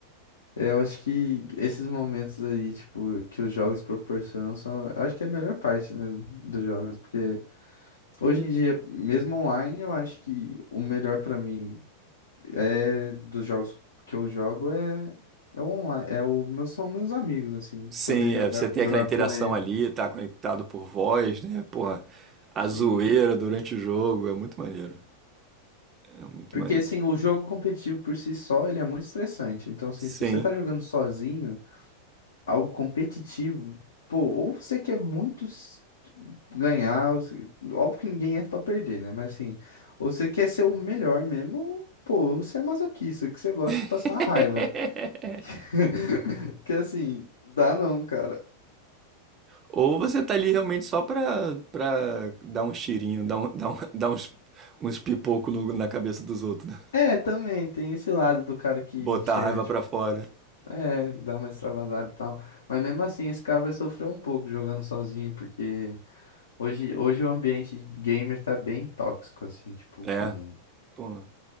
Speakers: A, on the left; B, on the right.
A: É, Eu acho que esses momentos aí, tipo, que os jogos proporcionam são, eu acho que é a melhor parte, né, dos jogos, porque hoje em dia, mesmo online, eu acho que o melhor pra mim é dos jogos que eu jogo é é o online, é o meus são meus amigos assim,
B: Sim,
A: poder jogar,
B: é, você tem
A: jogar
B: aquela interação
A: com ele.
B: ali, tá conectado por voz, né? Porra, a
A: Sim.
B: zoeira durante o jogo, é muito maneiro. É muito
A: Porque
B: mais.
A: assim, o jogo competitivo por si só, ele é muito estressante. Então, assim,
B: Sim.
A: se você tá jogando sozinho, algo competitivo, pô, ou você quer muito s- ganhar, ou se- óbvio que ninguém entra pra perder, né? Mas assim, ou você quer ser o melhor mesmo, ou, pô, você é masoquista, que você gosta de
B: <laughs>
A: passar raiva. <laughs> Que assim, dá não, cara.
B: Ou você tá ali realmente só pra, pra dar um cheirinho, dar, um, dar, um- <laughs> dar uns, uns pipoco na cabeça dos outros. né?
A: É, também tem esse lado do cara que
B: Botar
A: chega,
B: a raiva
A: tipo,
B: pra fora.
A: é, dá uma extravasada e tal. Mas mesmo assim, esse cara vai sofrer um pouco jogando sozinho, porque hoje, hoje o ambiente gamer tá bem tóxico, assim, tipo,
B: É,
A: com.
B: pô.